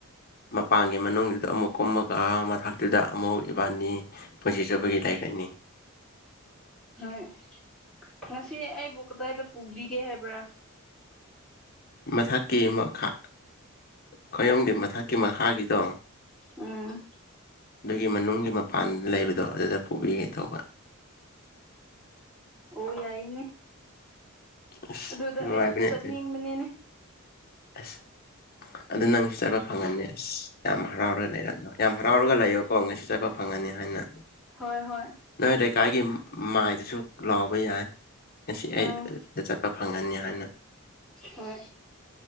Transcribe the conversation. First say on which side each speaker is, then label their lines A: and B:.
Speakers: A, on the left; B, in the centre.
A: ꯃꯄꯥꯟꯒꯤ ꯃꯅꯨꯡꯗꯨꯗ ꯑꯃꯨꯛ ꯀꯨꯝꯃꯒ ꯃꯊꯛꯇꯨꯗ ꯑꯃꯨꯛ ꯏꯕꯥꯅꯤ ꯄꯨꯟꯁꯤ ꯆꯨꯞꯕꯒꯤ ꯂꯩꯔꯅꯤ
B: ꯍꯣꯏ ꯉꯁꯤ ꯑꯩꯕꯨ ꯀꯗꯥꯏꯗ ꯄꯨꯕꯤꯒꯦ ꯍꯥꯏꯕ꯭ꯔꯥ
A: ꯃꯊꯛꯀꯤ ꯃꯈꯥ ꯈꯌꯣꯝꯒꯤ ꯃꯊꯛꯀꯤ ꯃꯈꯥꯒꯤꯗꯣ
B: ꯎꯝ
A: ꯑꯗꯨꯒꯤ ꯃꯅꯨꯡꯒꯤ ꯃꯄꯥꯟ ꯂꯩꯕꯗꯣ ꯑꯗꯨꯗ ꯄꯨꯕꯤꯒꯦ ꯇꯧꯕ
B: ꯑꯣ ꯌꯥꯏꯅꯦ
A: ꯑꯁ
B: ꯑꯗꯨꯗ
A: ꯅꯨꯡꯉꯥꯏꯕꯅꯦ
B: ꯑꯩꯁꯨ ꯆꯠꯅꯤꯡꯕꯅꯤꯅꯦ
A: ꯑꯗꯨ ꯑꯁ ꯑꯗꯨ ꯅꯪ ꯆꯠꯄ ꯐꯪꯒꯅꯤ ꯑꯁ ꯌꯥꯝ ꯍꯔꯥꯎꯔꯒ ꯂꯩꯔꯝ ꯌꯥꯝ ꯍꯔꯥꯎꯔꯒ ꯂꯩꯌꯣꯀꯣ ꯉꯁꯤ ꯆꯠꯄ ꯐꯪꯉꯅꯤ ꯍꯥꯏꯅ
B: ꯍꯣꯏ ꯍꯣꯏ
A: ꯅꯣꯏ ꯂꯩꯀꯥꯏꯒꯤ ꯃꯥꯏꯗꯁꯨ ꯂꯥꯎꯕ ꯌꯥꯏ ꯉꯁꯤ
B: ꯎꯝ
A: ꯑꯩ ꯗ ꯆꯠꯄ ꯐꯪꯉꯅꯤ ꯍꯥꯏꯅ
B: ꯍꯣꯏ